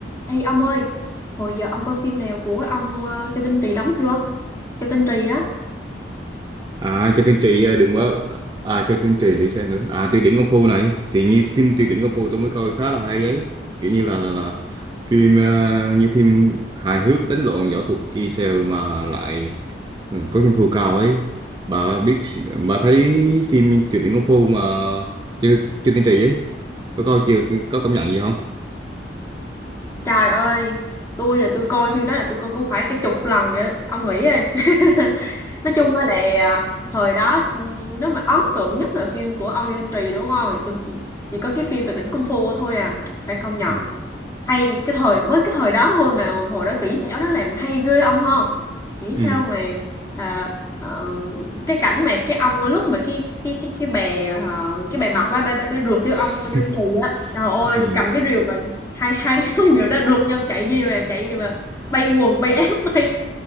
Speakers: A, on the left; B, on the right.
A: Ê ông ơi, hồi giờ ông coi phim nào của ông ờ, Châu Tinh Trì đóng chưa? Châu Tinh Trì á.
B: à cho tiên tri ờ, đừng quá à cho tiên tri để xem nữa à tiêu điển công phu này thì như phim tiêu điển công phu tôi mới coi khá là hay ấy kiểu như là là, là phim ờ, như phim hài hước đánh lộn võ thuật y sale mà lại ừ, có doanh thu cao ấy bà biết bà thấy phim tiêu điển công phu mà chưa chưa tiên tri ấy có coi chưa có cảm nhận gì không
A: Trời ơi, tôi là tôi coi phim đó là tôi coi cũng phải cái chục lần vậy. á. Ông nghĩ đi. <laughs> Nói chung á là à, thời đó ừ, nếu mà ấn tượng nhất là phim của ông Châu Tinh Trì đúng không? Thì Tôi chỉ, chỉ có cái phim Tuyệt đỉnh Kung Fu thôi à. Phải công nhận.
B: ừ
A: hay cái thời mới cái thời đó thôi mà hồi đó kỹ xảo nó làm hay ghê ông hơn nghĩ
B: ừ
A: sao mà à, ờ, cái cảnh mà cái ông lúc mà cái cái cái cái bè ờ, cái bè mập á bè, bè, bè rượt theo
B: <laughs>
A: ông trên kỳ á trời ơi
B: ừ
A: cầm cái rìu mà hai hai <laughs> hai người đó rượt nhau chạy gì mà chạy gì mà bay quần bay áo <laughs> bay